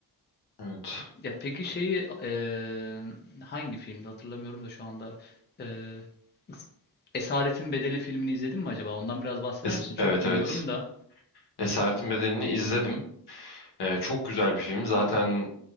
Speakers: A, on the left (about 70°); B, on the left (about 25°).
A: Evet.
B: Ya peki şeyi eee, hangi filmde hatırlamıyorum da şu anda eee, Esaretin Bedeli filmini izledin mi acaba? Ondan biraz bahseder
A: Es-
B: misin? Çok
A: evet
B: duyuyorum
A: evet.
B: da.
A: Esaretin Bedeli'ni izledim. Ee, çok güzel bir film. Zaten